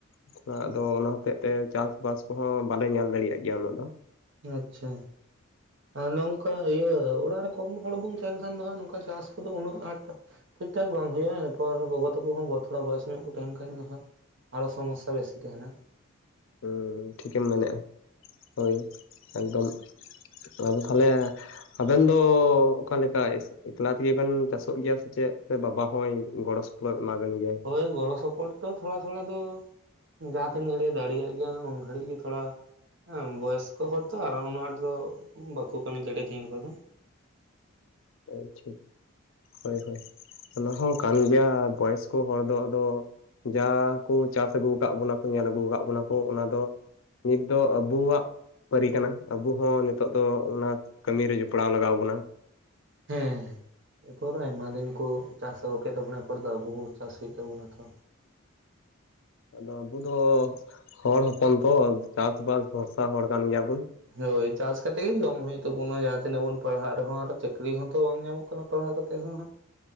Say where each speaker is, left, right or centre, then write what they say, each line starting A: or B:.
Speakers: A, on the left; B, on the right.
A: ᱛᱷᱚᱲᱟ ᱟᱫᱚ ᱚᱱᱟ ᱦᱚᱛᱮᱜ ᱛᱮ ᱪᱟᱥᱵᱟᱥ ᱠᱚᱦᱚᱸ ᱵᱟᱞᱮ ᱧᱮᱞ ᱫᱟᱲᱤᱭᱟᱜ ᱜᱮᱭᱟ ᱩᱱᱟᱹᱜ ᱫᱚ᱾
B: ᱟᱪᱪᱷᱟ᱾ ᱟᱨ ᱱᱚᱝᱠᱟ ᱦᱩᱭᱩᱜ-ᱟ ᱚᱲᱟᱜ ᱨᱮ ᱠᱚᱢ ᱦᱚᱲ ᱵᱚᱱ ᱛᱟᱦᱮᱱ ᱠᱷᱟᱱ ᱫᱚ ᱦᱟᱸᱜ ᱱᱚᱝᱠᱟ ᱪᱟᱥ ᱠᱚᱫᱚ ᱩᱱᱟᱹᱜ ᱟᱸᱴ ᱴᱷᱤᱠ ᱴᱷᱟᱠ ᱵᱟᱝ ᱦᱩᱭᱩᱜᱼᱟ ᱤᱱᱟᱹᱯᱚᱨ ᱜᱚᱜᱚ ᱛᱟᱠᱚ ᱦᱚᱸ ᱛᱷᱚᱲᱟ ᱵᱚᱭᱚᱥ ᱧᱚᱜ ᱠᱚ ᱛᱟᱦᱮᱱ ᱠᱷᱟᱡ ᱫᱚ ᱦᱟᱸᱜ᱾ ᱟᱨᱦᱚ ᱥᱚᱢᱚᱥᱥᱟ ᱵᱮᱥᱤ ᱛᱟᱦᱮᱱᱟ᱾
A: ᱦᱩᱸ ᱴᱷᱤᱠᱮᱢ ᱢᱮᱱᱮᱫᱼᱟ ᱦᱳᱭ ᱮᱠᱫᱚᱢ ᱟᱫᱚ ᱛᱟᱦᱚᱞᱮ ᱟᱵᱮᱱ ᱫᱚ ᱚᱠᱟᱞᱮᱠᱟ ᱮᱠᱞᱟ ᱛᱮᱜᱮ ᱵᱮᱱ ᱪᱟᱥᱚᱜ ᱜᱤᱭᱟ ᱥᱮ ᱪᱮᱫ, ᱥᱮ ᱵᱟᱵᱟ ᱦᱚᱸᱭ ᱜᱚᱲᱚ ᱥᱚᱯᱚᱦᱚᱫ ᱮᱢᱟ ᱵᱮᱱ ᱜᱮᱭᱟᱭ᱾
B: ᱦᱳᱭ ᱜᱚᱲᱚ ᱥᱚᱯᱚᱦᱚᱫ ᱫᱚ ᱛᱷᱚᱲᱟ ᱛᱷᱚᱲᱟ ᱫᱚ᱾ ᱡᱟᱦᱟᱸᱟ ᱛᱤᱱ ᱜᱷᱟᱹᱲᱤᱡ ᱫᱟᱲᱮᱭᱟᱜ ᱜᱮᱭᱟ ᱩᱱ ᱜᱷᱟᱹᱲᱤᱡ ᱜᱮ ᱛᱷᱚᱲᱟ ᱦᱮᱸ ᱵᱚᱭᱚᱥᱠᱚ ᱦᱚᱲ ᱛᱚ ᱟᱨ ᱩᱱᱟᱹᱜ ᱟᱸᱴ ᱫᱚ ᱵᱟᱠᱚ ᱠᱟᱹᱢᱤ ᱫᱟᱲᱮᱭᱟᱜ ᱛᱟᱦᱮᱸ ᱫᱚ᱾
A: <unintelligible> ᱦᱳᱭ ᱦᱳᱭ᱾ ᱚᱱᱟ ᱦᱚᱸ ᱠᱟᱱ ᱜᱮᱭᱟ᱾ ᱵᱚᱭᱚᱥᱠᱚ ᱦᱚᱲ ᱫᱚ ᱟᱫᱚ ᱡᱟ ᱠᱩ ᱪᱟᱥ ᱟᱹᱜᱩ ᱠᱟᱜ ᱵᱚᱱᱟ ᱠᱩ ᱧᱮᱞ ᱟᱹᱜᱩ ᱟᱠᱟᱫ ᱵᱚᱱᱟ ᱠᱚ ᱚᱱᱟ ᱫᱚ ᱱᱤᱛ ᱫᱚ ᱟᱵᱳᱣᱟᱜ ᱯᱟᱨᱤ ᱠᱟᱱᱟ, ᱟᱵᱩ ᱦᱚᱸ ᱱᱤᱛᱚᱜ ᱫᱚ ᱚᱱᱟ ᱠᱟᱹᱢᱤᱤᱨ ᱨᱮ ᱡᱚᱯᱲᱟᱣ ᱞᱟᱜᱟᱣ ᱵᱩᱱᱟ
B: ᱦᱮᱸᱸ <unintelligible> ᱟᱭᱢᱟ ᱫᱤᱱ ᱠᱩ ᱪᱟᱥ ᱟᱹᱜᱩ ᱠᱮᱫ ᱛᱟᱵᱚᱱᱟ ᱮᱨᱯᱚᱨ ᱫᱚ ᱟᱵᱚ ᱪᱟᱥ ᱦᱩᱭᱩᱜ ᱛᱟᱵᱚᱱᱟ ᱛᱚ
A: ᱟᱫᱚ ᱟᱵᱚ ᱫᱚ ᱦᱚᱲ ᱦᱚᱯᱚᱱ ᱛᱚ, ᱪᱟᱥ ᱵᱟᱥ ᱵᱷᱚᱨᱥᱟ ᱦᱚᱲ ᱠᱟᱱ ᱜᱮᱭᱟᱵᱩᱱ᱾
B: ᱦᱳᱭ ᱪᱟᱥ ᱠᱟᱛᱮ ᱜᱮ ᱡᱚᱢ ᱦᱩᱭᱩᱜ ᱛᱟᱵᱚᱱᱟ, ᱡᱟᱦᱟᱸ ᱛᱤᱱᱟᱹᱜ ᱵᱚᱱ ᱯᱟᱲᱦᱟᱜ ᱨᱮᱦᱚᱸ ᱟᱨ ᱪᱟᱹᱠᱨᱤ ᱦᱚᱸᱛᱚ ᱵᱟᱝ ᱧᱟᱢᱚᱜ ᱠᱟᱱᱟ ᱯᱟᱲᱦᱟᱣ ᱠᱟᱛᱮ ᱮᱫ ᱦᱚᱸ ᱦᱟᱸᱜ